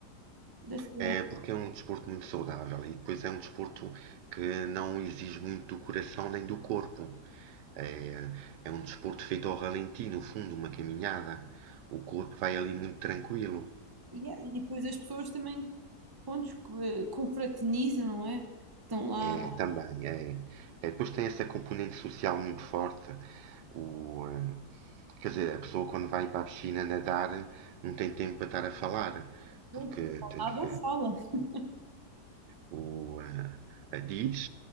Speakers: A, on the right; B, on the right.
A: dessa...
B: É porque é um desporto muito saudável e depois é um desporto que não exige muito do coração nem do corpo. É, é um desporto feito ao ralenti, no fundo, uma caminhada. O corpo vai ali muito tranquilo.
A: Yeah, E depois as pessoas também, pontos que confraternizam, não é? Estão lá,
B: É, também, é. É, Depois tem essa componente social muito forte. O, eh, quer dizer, a pessoa quando vai para a piscina nadar não tem tempo para estar a falar,
A: ou
B: porque tem
A: nada
B: que.
A: ou fala. <laughs>
B: O, eh, diz,